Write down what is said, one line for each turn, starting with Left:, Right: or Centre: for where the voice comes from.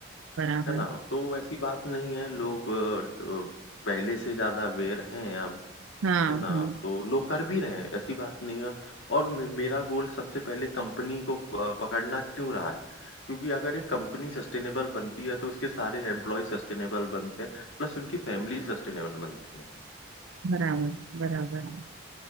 Right: बराबर
Left: है ना तो वैसी बात नहीं है लोग अ, अ, पहले से ज्यादा अवेयर हैं अब
Right: हाँ
Left: है ना
Right: हाँ
Left: तो लोग कर भी रहे हैं ऐसी बात नहीं है और मे मेरा गोल सबसे पहले कंपनी को प- पकड़ना क्यों रहा है क्योंकि अगर एक कंपनी सस्टेनेबल बनती है तो उसके सारे एम्प्लॉय सस्टेनेबल बनते हैं प्लस उनकी फैमिली सस्टेनेबल बनती है
Right: बराबर बराबर